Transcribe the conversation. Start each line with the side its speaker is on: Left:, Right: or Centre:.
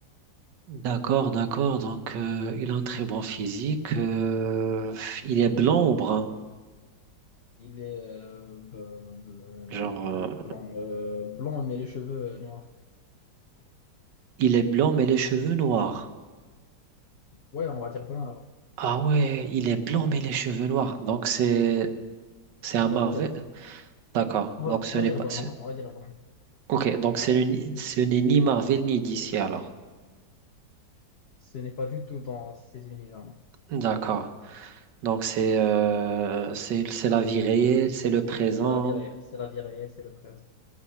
Right: D'accord, d'accord. Donc, euh, il a un très bon physique. euh, il est blanc ou brun?
Left: Il est euh, b- b-
Right: Genre,
Left: b-
Right: euh,
Left: blanc, euh, blanc, mais les cheveux euh, noirs.
Right: il est blanc mais les cheveux noirs.
Left: Ouais, on va dire brun alors.
Right: Ah ouais, il est blanc mais les cheveux noirs. Donc, c'est c'est
Left: Non,
Right: un Marvel.
Left: on va dire,
Right: D'accord.
Left: on
Right: Donc,
Left: va,
Right: ce
Left: on
Right: n'est
Left: va dire
Right: pas.
Left: brun,
Right: ce-
Left: on va on va dire brun.
Right: Ok, donc c'est le ni- ce n'est ni Marvel ni DC alors.
Left: Ce n'est pas du tout dans ces univers, là
Right: D'accord. Donc, c'est euh, c'est c'est la vie réelle, c'est le présent.
Left: C'est la vie réelle, c'est la vie réelle, c'est le présent.